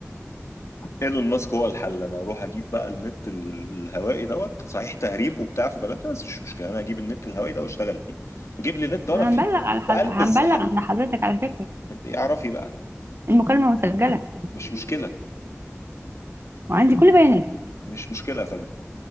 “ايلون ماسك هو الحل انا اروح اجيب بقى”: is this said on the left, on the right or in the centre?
Left